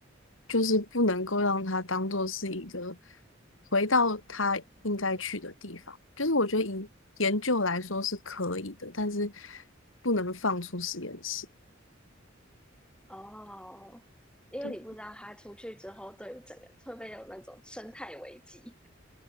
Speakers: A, on the left; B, in the centre.
A: 就是不能够让它当做是一个回到它应该去的地方。就是我觉得以研究来说是可以的，但是不能放出实验室。
B: 哦，因为你不知道他出去之后，
A: 对，
B: 对于整个会不会有那种生态危机，